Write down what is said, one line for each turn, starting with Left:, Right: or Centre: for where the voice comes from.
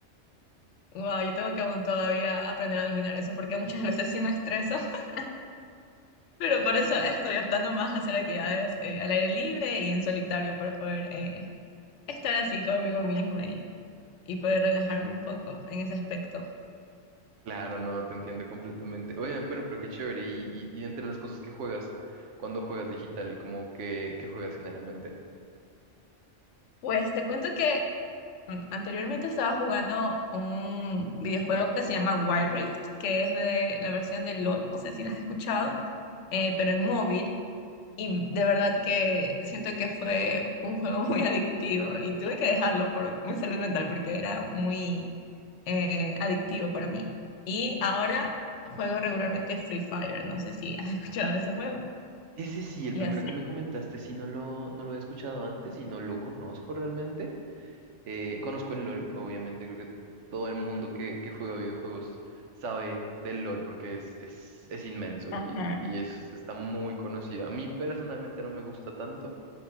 Left: Wow, yo tengo que aún todavía aprender a dominar eso porque muchas veces sí me estreso, <laughs> pero por eso estoy optando más a hacer actividades eh, al aire libre y en solitario para poder eh, estar así conmigo misma y, y poder relajarme un poco en ese aspecto.
Right: Claro, no, te entiendo completamente. Oye, bueno, pero qué chévere. Y, y, y entre las cosas que juegas, cuando juegas digital, como que, ¿qué juegas generalmente?
Left: Pues te cuento que Anteriormente estaba jugando un videojuego que se llama Wild Rift, que es de la versión de LOL, no sé si la has escuchado, eh, pero en móvil. Y de verdad que siento que fue un juego muy adictivo y tuve que dejarlo por mi salud mental porque era muy eh, adictivo para mí. Y ahora juego regularmente Free Fire, no sé si has <laughs> escuchado de ese juego.
Right: Ese sí, el
Left: Y
Right: primero
Left: así.
Right: que me comentaste, sí, no lo, no lo había escuchado antes y no lo conozco realmente. Eh, conozco el LOL, obviamente, creo que todo el mundo que, que juega videojuegos sabe del LOL porque es, es, es inmenso
Left: Ajá.
Right: y, y es, está muy conocido. A mí personalmente no me gusta tanto.